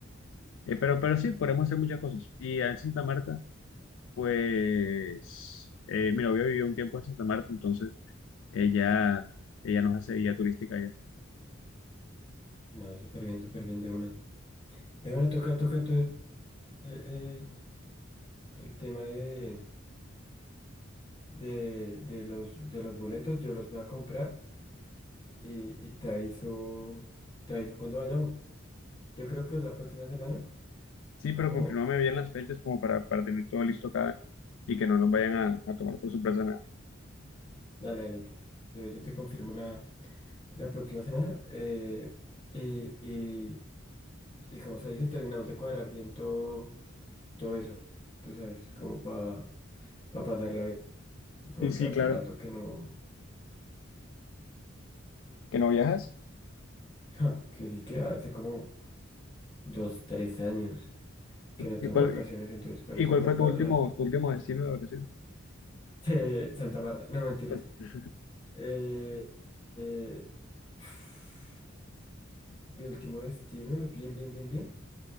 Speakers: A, on the left; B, on the left.
A: Eh, pero, pero sí, podemos hacer muchas cosas. Y en Santa Marta, pues, eh, mi novia vivió un tiempo en Santa Marta, entonces ella, ella nos hace guía turística allá.
B: no, súper bien, súper bien de una. De una toca, toca entonces eh, eh, el tema de, de, de los, de los boletos, yo los voy a comprar y, y te aviso, te aviso cuando vayamos. Yo creo que la próxima semana,
A: Sí, pero
B: o
A: confírmame bien las fechas como para, para tener todo listo acá y que no nos vayan a, a tomar por sorpresa nada.
B: dale, dale, te- yo te confirmo la, la próxima semana. eh, y, y, y como se dice, terminamos de cuadrar bien todo, todo eso. Tú sabes, como para pasarla bien, porque
A: Sí, sí,
B: hace
A: claro.
B: rato que no,
A: ¿Que no viajas?
B: <laughs> ja, que sí que hace como dos, tres años. que no
A: ¿Y
B: tomo
A: cuál,
B: vacaciones,
A: y,
B: entonces por eso
A: y cuál
B: las
A: fue
B: veo
A: tu último,
B: la
A: tu último destino de vacaciones?
B: <laughs> eh, Santa Marta, no mentiras.
A: <laughs>
B: Eh, eh, <sighs> mi último destino, bien, bien, bien, bien,